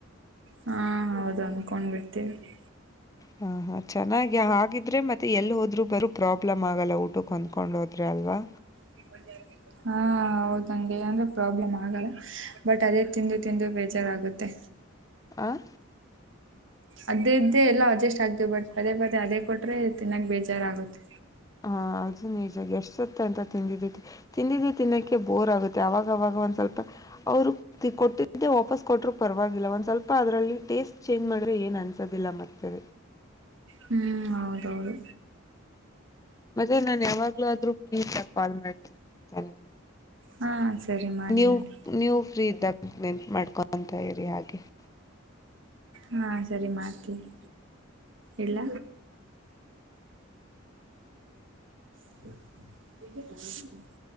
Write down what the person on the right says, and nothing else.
ಹಾ ಹೌದು ಹೊನ್ಕೊಂಡ್ ಬಿಡ್ತೀನಿ
<inaudible> ಹಾ ಹೌದಂಗೆ ಅಂದ್ರೆ ಪ್ರಾಬ್ಲಮ್ ಆಗಲ್ಲ ಬಟ್ ಅದೇ ತಿಂದು ತಿಂದು ಬೇಜಾರಾಗುತ್ತೆ
ಅದೇ ಇದ್ದೇ ಎಲ್ಲಾ ಅಡ್ಜಸ್ಟ್ ಆಗ್ತೇ ಬಟ್ ಪದೇ ಪದೇ ಅದೇ ಕೊಟ್ರೆ ತಿನ್ನಾಕ್ ಬೇಜಾರ ಆಗುತ್ತೆ
ಹ್ಮ್ ಹೌದೌದು
ಹಾ ಸರಿ ಮಾಡಿ
ಮಾಡಿ
ಹಾ ಸರಿ ಮಾಡ್ತಿನಿ ಇಡ್ಲ <inaudible>